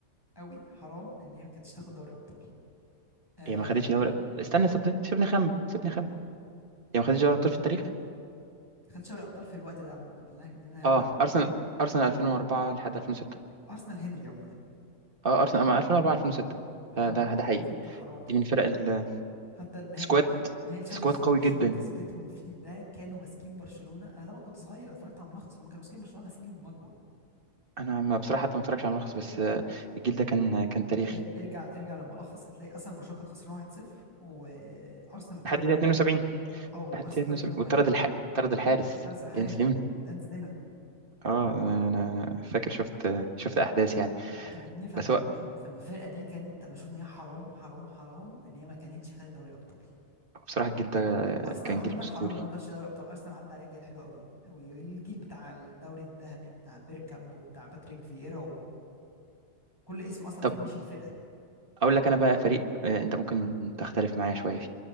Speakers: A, on the left; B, on the right.
A: قوي حرام ان هي ما كانتش تاخد دوري ابطال آه
B: هي ما خدتش دوري استنى سيبني سيبني اخمن سيبني اخمن هي ما خدتش دوري ابطال في التاريخ
A: خدت دوري ابطال في الوقت ده عموما اللي انا اللي أنا هقول
B: اه
A: لك عليه
B: ارسنال
A: ده
B: ارسنال 2004 لحد 2006
A: ارسنال هنري عموما
B: اه ارسنال أما 2004 2006
A: حرام
B: ده ده ده حقيقي
A: عارف انت حرام
B: دي من فرق السكواد
A: حتى النهائي
B: سكواد
A: النهائي نهائي الشامبيونز
B: سكواد
A: اللي
B: قوي
A: برشلونه
B: جدا
A: كسبتهم فيه ده كانوا ماسكين برشلونه انا طبعا كنت صغير انا اتفرجت على الملخص هم كانوا ماسكين برشلونه غسيل ومكوى
B: انا ما بصراحه حتى ما اتفرجش على ملخص بس آه، الجيل ده كان كان تاريخي
A: آه ارجع ارجع للملخص هتلاقي اصلا برشلونه كانت خسرانه 1-0 وارسنال اتطرد
B: لحد دقيقه
A: منهم
B: 72
A: واحد اه
B: لحد
A: ارسنال
B: دقيقه 72
A: اتطرد منهم
B: وطرد
A: واحد
B: الح... طرد الحارس
A: الثالث الحارس
B: ينس
A: كان
B: ليمن
A: دانس ليمون
B: اه انا أنا فاكر شفت شفت احداث يعني
A: انت فاهمني فالموضوع
B: بس هو
A: فالمفارقه دي كانت انا بشوف ان هي حرام حرام حرام ان هي ما كانتش خدت دوري ابطال
B: بصراحه الجيل ده
A: ارسنال
B: كان
A: عموما
B: جيل اسطوري
A: حرام ان هو ما كانش دوري ابطال ارسنال عدى عليه جيل حلو قوي والجيل بتاع الدوري الذهبي بتاع بيركامب وبتاع باتريك فييرا وكل اسم اصلا
B: طب
A: فيهم يشيل فرقه
B: اقول لك انا بقى فريق آه، انت ممكن تختلف معايا شويه